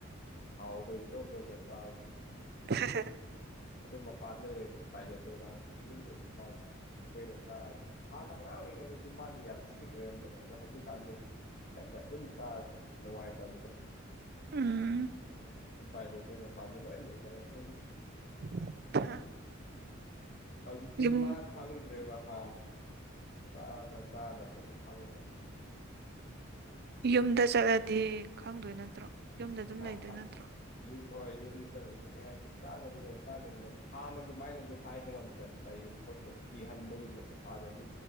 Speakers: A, on the left (about 45°); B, on the right (about 50°).
A: ꯍꯥꯎꯕꯩ ꯂꯣꯗ ꯂꯣꯗ ꯆꯥꯕꯗꯣ
B: <unintelligible>
A: ꯑꯗꯨ ꯃꯄꯥꯟꯗ ꯂꯩꯔꯗꯤꯠ ꯎꯄꯥꯏ ꯂꯩꯇꯦ ꯃꯥ ꯌꯨꯝꯗꯗꯤ ꯃꯥꯅ ꯑꯩꯈꯣꯏꯅ ꯆꯥ ꯍꯥꯟꯅ ꯑꯉꯥꯡ ꯑꯣꯏꯔꯤꯉꯩꯗꯗꯤ ꯃꯥꯗꯤ ꯌꯥꯝ ꯏꯁꯇ꯭ꯔꯤꯛ ꯑꯣꯏꯔꯝꯕꯗꯣ ꯑꯗꯣ ꯍꯧꯖꯤꯛꯀꯥꯟꯗꯤ ꯍꯦꯛꯇ ꯑꯗꯨꯝ ꯆꯥꯔꯁꯨ ꯅꯨꯡꯉꯥꯏꯇꯕꯗꯣ
B: ꯎꯝ
A: <unintelligible> ꯎꯄꯥꯏ ꯂꯩꯇꯦ ꯃꯄꯥꯟꯗ ꯂꯣꯏ ꯂꯩꯅꯔꯗꯨꯕꯨ
B: <unintelligible>
A: ꯍꯧꯖꯤꯛꯇꯤ
B: ꯌꯨꯝ
A: ꯃꯥ ꯈꯪꯗ꯭ꯔꯦꯕ ꯍꯥ ꯆꯥꯕ ꯆꯥꯗꯕꯗꯤ ꯈꯪꯗꯕꯅꯤꯗ
B: ꯌꯨꯝꯗ ꯆꯠꯂꯗꯤ ꯈꯪꯗꯣꯏ ꯅꯠꯇ꯭ꯔꯣ ꯌꯨꯝꯗ ꯑꯗꯨꯝ
A: <unintelligible>
B: ꯂꯩꯗꯣꯏ ꯅꯠꯇ꯭ꯔꯣ
A: ꯌꯨꯝ ꯑꯣꯏ ꯌꯨꯝꯗ ꯆꯠꯂꯁꯨ ꯀꯩ ꯍꯦꯟꯁꯨ ꯆꯥꯒꯅꯤꯅ ꯆꯥꯒꯅꯤꯅ ꯍꯥꯟꯅ ꯑꯗꯨꯃꯥꯏꯅꯗꯤ ꯍꯥꯏꯕ ꯉꯝꯗ꯭ꯔꯦꯕ <unintelligible> <unintelligible> ꯀꯤꯍꯟꯕꯒꯨꯝꯕꯗꯣ ꯑꯗꯗꯤ